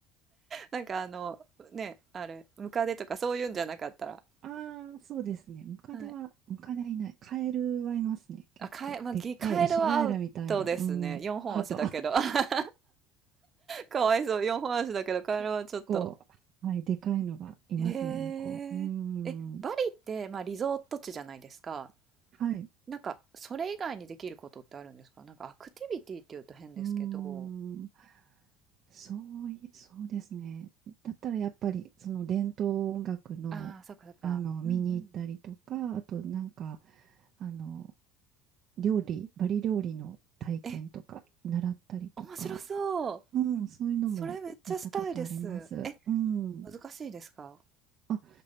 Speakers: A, on the right; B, on the right.
A: なんかあの、ね、あれ、ムカデとかそういうんじゃなかったら。
B: <laughs> ああ、そうですね。ムカデは、
A: はい。
B: ムカデはいない。カエルはいますね、結構。
A: あ、カエ、まあ、
B: でっかいウシガエルみたいな、
A: ギカエルはアウトですね。
B: うん、
A: 4本足だけど。
B: アウト。
A: <laughs> かわいそう。4本足だけど、
B: <laughs>
A: カエルはちょっと。
B: 結構、はい、でかいのがいますね、
A: へえ。
B: 向こう。うん。
A: え、バリって、まあ、リゾート地じゃないですか。
B: はい。
A: なんか、それ以外にできることってあるんですかなんか、アクティビティっていうと変ですけど。
B: うーん。そうい、そうですね。だったらやっぱりその伝統音楽の、
A: ああ、そっかそっか。
B: あの見に行ったりとか、
A: うんうん。
B: あとなんかあの料理、バリ料理の体験とか習ったりとか、
A: え、面白そう。
B: うん、そういうのもやったことあります。
A: それめっちゃしたいです。え、
B: うん。
A: 難しいですか
B: あ